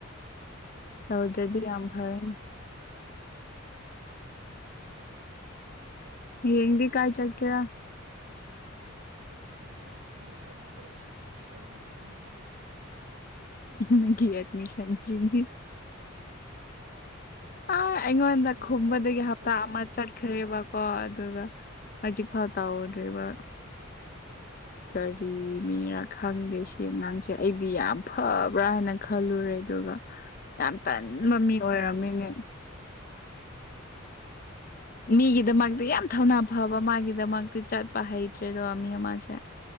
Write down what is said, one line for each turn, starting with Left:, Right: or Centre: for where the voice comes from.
Left: ꯇꯧꯗ꯭ꯔꯗꯤ ꯌꯥꯝ ꯐꯔꯦ
Right: <unintelligible>
Left: ꯍꯌꯦꯡꯗꯤ ꯀꯥꯏ ꯆꯠꯀꯦꯔꯥ
Right: ꯍꯌꯦꯡꯁꯦ ꯑꯦꯠꯃꯤꯁꯟꯁꯦ ꯇꯧ ꯊꯣꯛꯁꯤꯔꯅ ꯂꯩꯔꯝꯕꯅꯦ
Left: ꯅꯪꯒꯤ ꯑꯦꯗꯃꯤꯁꯟꯁꯤꯗꯤ ꯑꯥ ꯑꯩꯉꯣꯟꯗ
Right: ꯀꯨꯏꯔꯦꯀꯣ
Left: ꯈꯨꯝꯕꯗꯒꯤ
Right: ꯇꯧꯕꯁꯦ
Left: ꯍꯞꯇꯥ ꯑꯃ ꯆꯠꯈ꯭ꯔꯦꯕꯀꯣ ꯑꯗꯨꯒ ꯍꯧꯖꯤꯛ
Right: ꯑꯥ
Left: ꯐꯥꯎ ꯇꯧꯗ꯭ꯔꯤꯕ ꯀꯔꯤ ꯃꯤꯔꯥ ꯈꯪꯗꯦ ꯁꯤ ꯑꯉꯥꯡꯁꯦ ꯑꯩꯗꯤ ꯌꯥꯝ ꯐꯕ
Right: ꯑꯩ
Left: ꯄꯨꯔꯥꯅ ꯈꯜꯂꯨꯔꯦ ꯑꯗꯨꯒ ꯌꯥꯝ ꯇꯟꯕ ꯃꯤ ꯑꯣꯏꯔꯝꯃꯤꯅꯦ ꯃꯤꯒꯤꯗꯃꯛꯇꯤ ꯌꯥꯝ ꯊꯧꯅꯥ ꯐꯕ ꯃꯥꯒꯤꯗꯃꯛꯇꯤ ꯆꯠꯄ ꯍꯩꯇ꯭ꯔꯦꯗꯣ ꯃꯤ ꯑꯃꯁꯦ